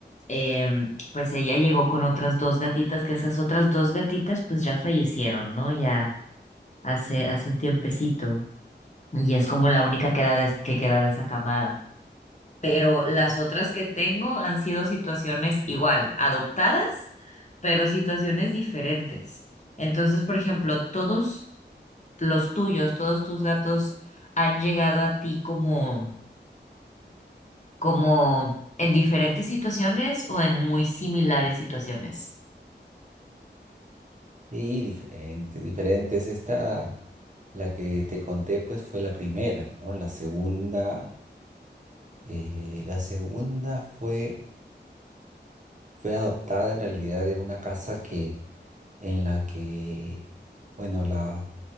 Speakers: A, on the left; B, on the right.
A: em, pues ella llegó con otras dos gatitas, que esas otras dos gatitas pues ya fallecieron, ¿no? Ya hace, hace un tiempecito. Y es como la única que, da de- que queda de esa camada. Pero las otras que tengo han sido situaciones igual, adoptadas, pero situaciones diferentes. Entonces, por ejemplo, todos los tuyos, todos tus gatos han llegado a ti como, como en diferentes situaciones o en muy similares situaciones.
B: Y diferentes, diferentes. Esta, la que te conté, pues fue la primera, ¿no? La segunda. Eh, la segunda fue, fue adoptada en realidad de una casa que, en la que, bueno, la,